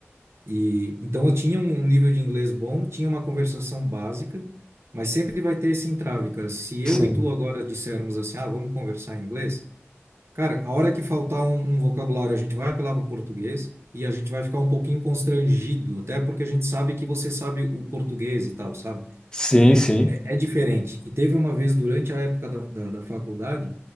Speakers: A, on the right; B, on the left.
A: E então eu tinha um um nível de inglês bom, tinha uma conversação básica, mas sempre vai ter esse entrave, cara. Se eu
B: sim.
A: e tu agora dissermos assim, ah, vamos conversar em inglês Cara, a hora que faltar um, um vocabulário, a gente vai apelar para o português e a gente vai ficar um pouquinho constrangido, até porque a gente sabe que você sabe o português e tal, sabe?
B: Sim, sim.
A: É diferente. E teve uma vez durante a época da, da, da faculdade